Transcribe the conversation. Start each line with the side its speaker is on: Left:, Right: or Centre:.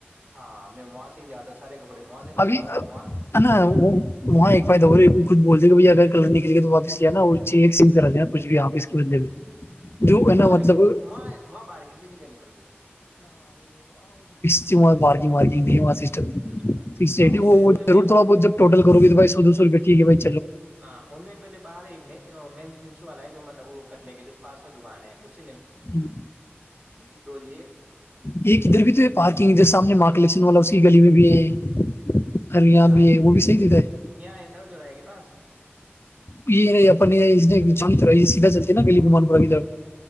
Right: ہاں ہم میں وہاں سے ہی جاتا سارے کپڑے وہاں سے لاتا
Left: ابھی
Right: ہوں
Left: ہے
Right: اور وہاں
Left: نا وہ وہاں ایک فائد ہو رہی خود بول د گ بھائی اگر نے کے لیے تو واپس لیاا چ س کرا دینا کچھ بھی آپس کے بندے میں جو ہے نا
Right: وہاں
Left: مطلب ہاں
Right: وہ وہ بارگن بھی نہیں کرنی پڑتی پھر
Left: سمت <unintelligible> مارجنگ وارجگ بھی سسٹم
Right: میں
Left: فس
Right: اب اس
Left: وہروروڑا
Right: میں بھی پہلے
Left: بہت جبٹ کرو گی بھائیو دو سوپ <unintelligible> ٹیک ہےائی
Right: ہاں ان میں پہل باہر ایک س والا ہے جو مطلب وہ کٹے کے جس پس میں دک ہے اسی
Left: ہ
Right: لیے
Left: ایک ادھر بھی تو ہے پارکنگ ادھر سامنے مارک الیکشن والا اس کی گلی میں بھی ہے ارے یہاں
Right: کہد
Left: بھی ہے وہ بھی صحیح دیتا ہے
Right: یہاں تھرڈ جو رہ ہے کہ پاس
Left: یہ نہیں یہ سیدھا چلتے ہے نا گلیوم پدھر